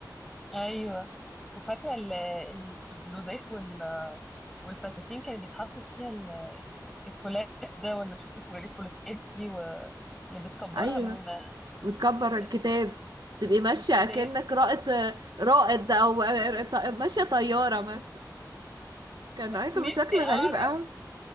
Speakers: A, in the centre; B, on the right.
A: ايوه وفاكرة ال- ال- البلوزات وال والفساتين كان بيتحط فيها ال- الكولات ده ولا مش فاكرة اسمه ايه الكولاتات دي و- اللي بتكبرها
B: ايوه
A: من
B: وتكبر
A: آه،
B: الكتاب تبقي ماشيه
A: من الكتاف
B: اكنك رائد رائد او ماشيه طياره ماشيه كان ايكون
A: نفسي
B: بشكل
A: اعرف
B: غريب قوي